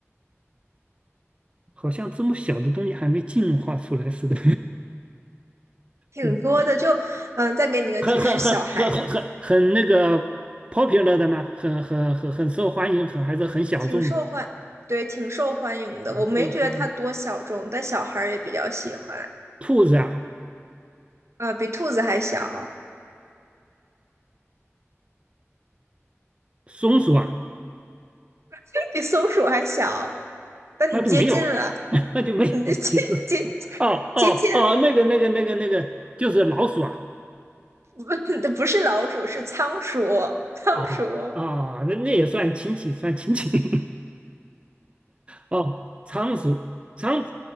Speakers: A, on the right; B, on the right.
A: 好像这么小的东西还没进化出来似的，
B: 挺多的。
A: <laughs>
B: 就嗯，再给你个提示，
A: 很很很很很很很那个
B: 小孩
A: popular 的吗？很很很很受欢迎，很还是很小众的，
B: 挺受欢，对，挺受欢迎的。
A: 很受欢迎。
B: 我没觉得它多小众，但小孩儿也比较喜欢。
A: 兔子啊，
B: 啊、比兔子还小，
A: 松鼠啊，
B: <laughs> 比松鼠还小，但你接近了，
A: 那就没有了，<laughs> 那就没有了。
B: 你接接接接近
A: 哦哦哦，那个那个那个那个，就是老鼠啊。
B: <laughs> 不是老鼠，是仓鼠，仓鼠，
A: 哦啊，那那也算亲戚，算亲戚。<laughs> 哦，仓鼠，仓